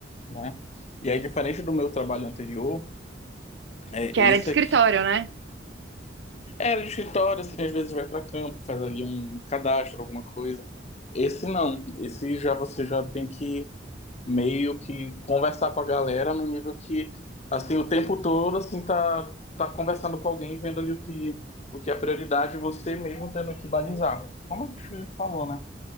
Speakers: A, on the left (about 35°); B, on the right (about 75°).
A: né? E aí, diferente do meu trabalho anterior, é,
B: que era
A: esse
B: de escritório,
A: aqui
B: né?
A: era de escritório, assim, às vezes vai para campo, faz ali um cadastro, alguma coisa. Esse não, esse já você já tem que meio que conversar com a galera no nível que, assim, o tempo todo, assim, tá, tá conversando com alguém, vendo ali o que, o que é prioridade, e você mesmo tendo que balizar. Como a gente falou, né?